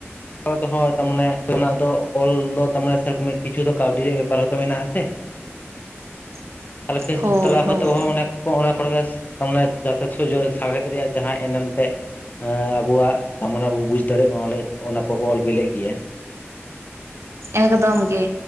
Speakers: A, on the left (about 40°); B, on the right (about 75°).
A: ᱛᱮᱦᱚᱸ ᱛᱟᱨ ᱢᱟᱱᱮ ᱚᱱᱟᱫᱚ ᱚᱞ ᱫᱚ ᱛᱟᱨᱢᱟᱱᱮ ᱥᱮ ᱨᱚᱠᱚᱢ ᱠᱤᱪᱷᱩ ᱫᱚ ᱠᱟᱹᱣᱰᱤ ᱨᱮᱭᱟᱜ ᱵᱮᱯᱟᱨ ᱦᱚᱸ ᱛᱚ ᱢᱮᱱᱟᱜᱼᱟ ᱥᱮ᱾
B: <inaudible>
A: ᱛᱟᱦᱚᱞᱮ ᱯᱷᱮᱥᱵᱩᱠ
B: ᱦᱳᱭ
A: ᱛᱟᱞᱟ
B: ᱦᱳᱭ
A: ᱦᱚᱛᱚ ᱚᱱᱮᱠ ᱚᱱᱮᱠ ᱦᱚᱲ ᱠᱚᱜᱮ ᱛᱟᱨ ᱢᱟᱱᱮ ᱡᱟᱛᱮ ᱥᱩᱡᱳᱜ ᱥᱟᱶᱦᱮᱫ ᱨᱮᱭᱟᱜ ᱡᱟᱦᱟᱸ ᱮᱱᱮᱢ ᱛᱮᱜ, ᱟᱵᱚᱣᱟᱜ ᱛᱟᱨᱢᱟᱱᱮ ᱵᱚᱱ ᱵᱩᱡ ᱫᱟᱲᱮᱜ ᱢᱟ ᱚᱱᱟ ᱠᱚᱠᱚ ᱚᱞ ᱵᱤᱞᱮᱜ ᱜᱮᱭᱟ᱾
B: ᱮᱠᱫᱚᱢ ᱜᱮᱻ